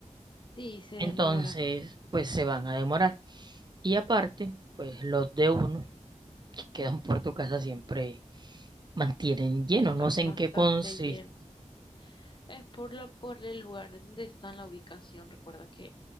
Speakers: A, on the left; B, on the right.
A: Sí, se demora.
B: entonces pues se van a demorar. Y aparte, pues los de uno que quedan por tu casa siempre mantienen lleno,
A: Están
B: no sé en
A: bastante
B: qué consiste.
A: llenos. Es por la, por el lugar donde está la ubicación. Recuerda que